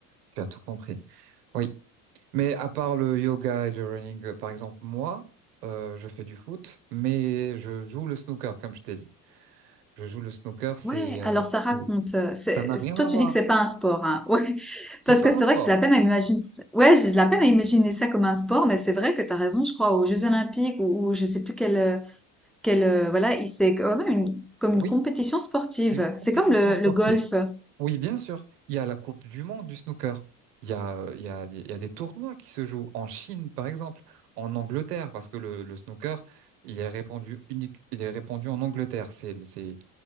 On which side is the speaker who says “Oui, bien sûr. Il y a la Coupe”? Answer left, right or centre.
Right